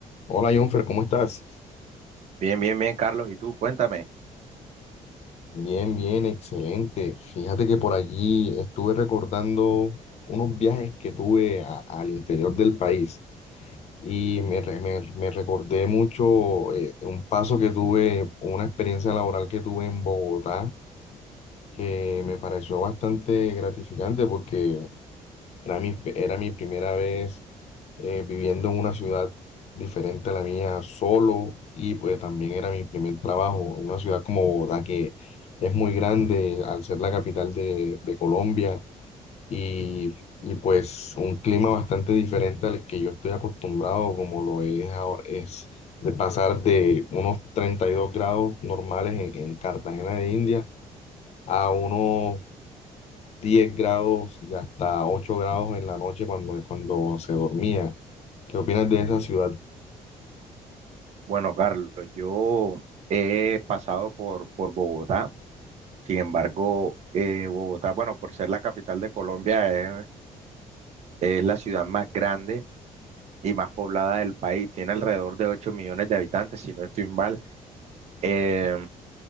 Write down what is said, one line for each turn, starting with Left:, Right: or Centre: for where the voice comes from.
Left: Hola, Jonfer, ¿cómo estás?
Right: Bien, bien, bien, Carlos. ¿Y tú? Cuéntame.
Left: Bien, bien, excelente. Fíjate que por allí estuve recordando unos viajes que tuve a- al interior del país y me, re- me- me recordé mucho eh, un paso que tuve, una experiencia laboral que tuve en Bogotá que me pareció bastante gratificante porque Era mi, era mi primera vez eh, viviendo en una ciudad diferente a la mía solo y pues también era mi primer trabajo, una ciudad como Bogotá que es muy grande al ser la capital de, de Colombia y, y pues un clima bastante diferente al que yo estoy acostumbrado como lo es ahora, es de pasar de unos 32 grados normales en, en Cartagena de India a unos 10 grados y hasta 8 grados en la noche cuando, cuando se dormía. ¿Qué opinas de esa ciudad?
Right: Bueno, Carlos, yo he pasado por, por Bogotá. Sin embargo, eh, Bogotá, bueno, por ser la capital de Colombia, es, es la ciudad más grande y más poblada del país. Tiene alrededor de 8 millones de habitantes, si no estoy mal. Eh,